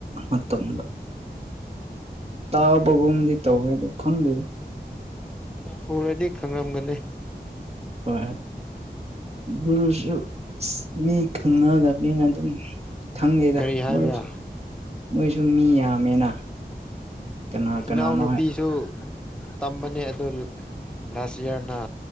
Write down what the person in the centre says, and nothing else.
ꯍꯣꯏ ꯎꯔꯗꯤ ꯈꯪꯉꯝꯒꯅꯤ
ꯀꯔꯤ ꯍꯥꯏꯕ꯭ꯔꯥ
ꯏꯅꯥꯎ ꯅꯨꯄꯤꯁꯨ
ꯇꯝꯕꯅꯦ ꯑꯗꯨ ꯂꯥꯁ ꯏꯌꯥꯔꯅ